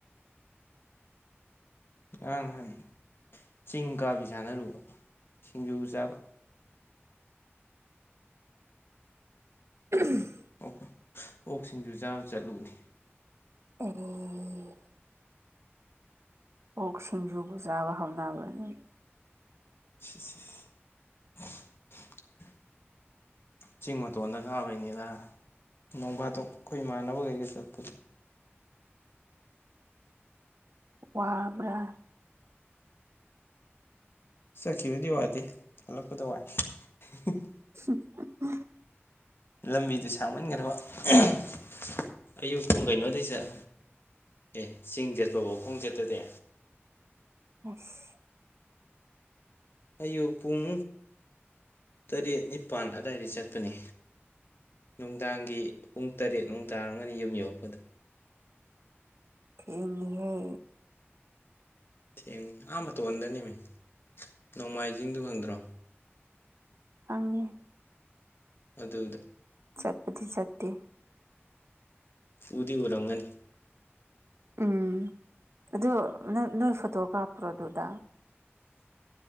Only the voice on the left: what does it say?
ꯉꯔꯥꯡ ꯅꯍꯥꯟ ꯆꯤꯡ ꯀꯥꯕꯤ ꯁꯥꯟꯅꯔꯨꯕ ꯁꯤꯡꯖꯨ ꯆꯥꯕ‌
<unintelligible> ꯑꯣꯛ ꯁꯤꯡꯖꯨ ꯆꯥꯕ ꯆꯠꯂꯨꯕꯅꯤ
<inaudible> ꯆꯤꯡ ꯃꯇꯣꯟꯗ ꯀꯥꯕꯩꯅꯤꯗ ꯅꯣꯡ ꯐꯥꯗꯣꯛ ꯑꯈꯣꯏ ꯏꯃꯥꯟꯅꯕꯒꯩꯒ ꯆꯠꯄ
ꯆꯠꯈꯤꯕꯗꯤ ꯋꯥꯗꯦ ꯍꯂꯛꯄꯗ ꯋꯥꯏ <unintelligible>
ꯂꯝꯕꯤꯗꯨ ꯁꯥꯡꯃꯟꯒ꯭ꯔꯕ <unintelligible> ꯑꯌꯨꯛ ꯄꯨꯡ ꯀꯩꯅꯣꯗꯩ ꯆꯠ ꯑꯦ ꯆꯤꯡ ꯆꯠꯄꯕꯨ ꯈꯣꯡ ꯆꯠꯇꯗꯤ
ꯑꯌꯨꯛ ꯄꯨꯡ ꯇꯔꯦꯠ ꯅꯤꯄꯥꯟ ꯑꯗꯥꯏꯗꯩ ꯆꯠꯄꯅꯦ ꯅꯨꯡꯗꯥꯡꯒꯤ ꯄꯨꯡ ꯇꯔꯦꯠ ꯃꯨꯛ ꯇꯥꯔꯝꯒꯅꯤ ꯌꯨꯝ ꯌꯧꯔꯛꯄꯗ
ꯊꯦꯡ ꯑꯥ ꯃꯇꯣꯟꯗꯅꯤꯃꯦ ꯅꯣꯡꯃꯥꯏꯖꯤꯡꯗꯨ ꯈꯪꯗ꯭ꯔꯣ
ꯑꯗꯨꯗ
ꯎꯗꯤ ꯎꯔꯝꯒꯅꯤ